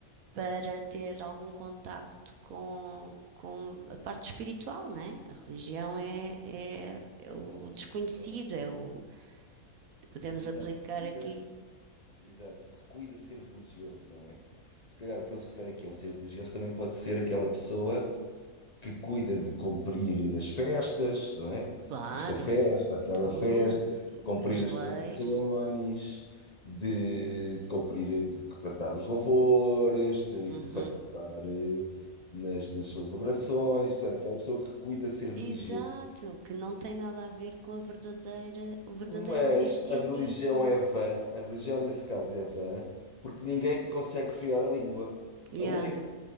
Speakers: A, on the right; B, on the left.
A: para ter algum contacto com, com a parte espiritual, né? A religião é,
B: Eu,
A: é,
B: a
A: é
B: nível
A: o
B: da
A: desconhecido,
B: religião,
A: é o podemos
B: Ele diz
A: aplicar
B: ao que cuida
A: aqui,
B: Exato, o que cuida ser religioso, não é? Se calhar o que ele se refere aqui ao ser religioso também pode ser aquela pessoa que cuida de cumprir as festas, não é?
A: claro,
B: Esta festa, aquela
A: tudo,
B: festa, cumprir
A: as
B: as
A: leis,
B: tradições, de cumprir, de cantar os louvores, de
A: uhum.
B: participar eh, nas, nas celebrações, Portanto, aquela pessoa que cuida ser religioso
A: Exato, que não tem nada a ver com a verdadeira, o verdadeiro
B: mas
A: cristianismo.
B: a religião é vã, a religião nesse caso é vã, porque ninguém consegue friar a língua.
A: Yeah.
B: A única